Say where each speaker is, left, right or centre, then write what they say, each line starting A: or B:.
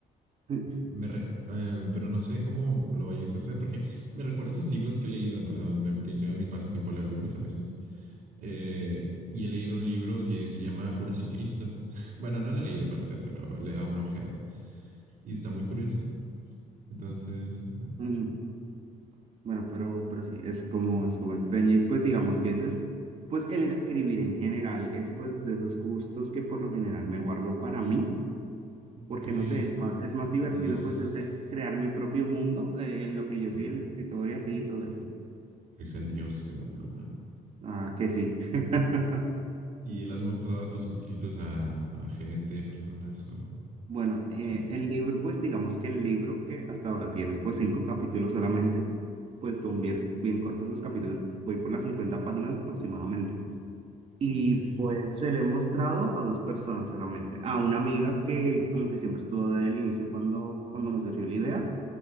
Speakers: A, on the right; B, on the right.
A: Mm,
B: Me re- em, pero no sé cómo lo vayas a hacer porque me recuerda a esos libros que he leído, em, que yo en mis pasatiempos leo libros a veces. Eh, y he leído un libro que se llama Jurassic Cristo. <laughs> Bueno, no lo he leído para ser, pero le he dado una ojeada y está muy curioso. Entonces, ajá,
A: mm, Bueno, pero, pero sí, es como, es como extraño. Y pues digamos que ese es, pues el escribir en general es pues de esos gustos que por lo general me guardo para mí,
B: ok.
A: porque no sé, es más, es más
B: No
A: divertido
B: las...
A: pues yo te- crear mi propio mundo eh, en lo que yo
B: ah,
A: soy el escritor y así y todo eso.
B: es el dios de la pluma.
A: Ah, que sí. <laughs>
B: ¿Y le has mostrado tus escritos a, a gente, personas o... no
A: Bueno, eh,
B: sé?
A: el libro, pues digamos que el libro que hasta ahora tiene pues cinco capítulos solamente, pues son bien, bien cortos esos capítulos, voy por las 50 páginas aproximadamente. Y
B: Ok,
A: pues se lo he mostrado a dos personas solamente. A una amiga que como que siempre estuvo desde el inicio cuando, cuando me surgió la idea.